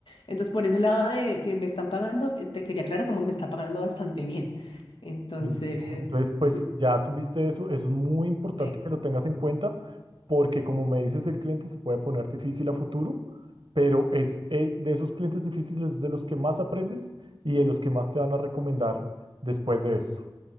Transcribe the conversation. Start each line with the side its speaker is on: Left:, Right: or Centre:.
Left: Entonces, por ese lado de que me están pagando, eh, te quería aclarar como que me está pagando bastante bien. Entonces,
Right: Listo. Entonces, pues
Left: mm,
Right: ya subiste eso, eso es muy importante
Left: eh,
Right: que lo tengas en cuenta, porque como me dices, el cliente se puede poner difícil a futuro, pero es eh, de esos clientes difíciles es de los que más aprendes y de los que más te van a recomendar después de eso.